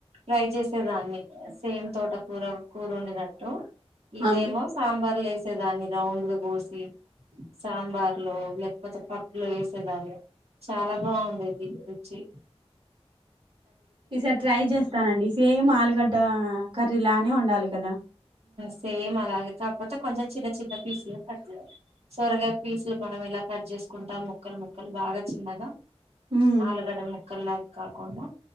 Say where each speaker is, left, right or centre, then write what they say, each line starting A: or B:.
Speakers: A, on the right; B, on the right.
A: ట్రై చేసేదాన్ని సేమ్ తోట కూర కూర ఉంనట్టు ఇదేమో
B: అవును
A: సాంబ బర్లైస దాని రౌండ్ ద కూసి సాంబార్లు లేకపోతే పప్పులు వేసేదాన్ని చాలా బాగుండేది చె
B: ఈసారి ట్రై చేస్తానండి సేమ్ ఆలుగడ్డ కర్రీ లానే ఉండాలి కదా
A: సేమ్ అలాగతే అపోతే కొంచెం చిన్న చిన్న పీస్లు కట్టలే సొరగా పీసులు మనం ఇలా కట్ చేసుకుంటాం ముక్కలు ముక్కలు బాగా చిన్నగా
B: ఉమ్
A: ఆలుగడ ముక్కల్గ కాకుడా